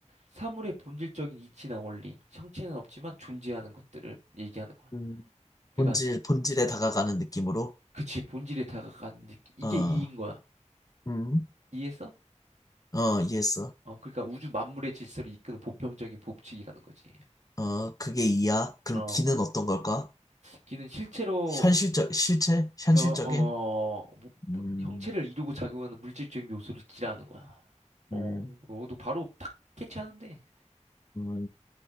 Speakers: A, on the right (about 70°); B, on the left (about 30°).
A: 사물의 본질적인 이치나 원리, 형체는 없지만 존재하는 것들을 얘기하는 거야.
B: 음.
A: 그러니까,
B: 본질, 본질에 다가가는 느낌으로,
A: 그치, 본질에 다가간 느낌. 이게
B: 어,
A: 이인 거야.
B: 음.
A: 이에서?
B: 어, 이해했어.
A: 어, 그러니까 우주 만물의 질서를 이끄는 보편적인 법칙이라는 거지.
B: 어, 그게 이야. 그럼
A: 어,
B: 기는 어떤 걸까?
A: 기는 실제로
B: 현실적, 실체? 현실적인?
A: 어, 어, 뭐-
B: 음,
A: 뭐- 형체를 이루고 작용하는 물질적인 요소를 기라는 거야. 어,
B: 음.
A: 어, 너 바로 딱 캐치하는데.
B: 음,